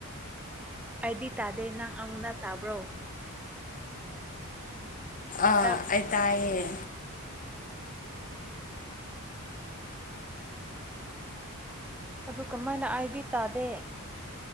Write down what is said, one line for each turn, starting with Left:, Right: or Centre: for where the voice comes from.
Centre: ꯑꯩꯗꯤ ꯇꯥꯗꯦ ꯅꯪ ꯑꯃꯨꯅ ꯇꯥꯕ꯭ꯔꯣ
Left: ꯑ
Centre: ꯇꯞ
Left: ꯑ ꯇꯑꯌꯦ
Centre: ꯑꯗꯨ ꯀꯃꯥꯏꯅ ꯑꯩꯗꯤ ꯇꯥꯗꯦ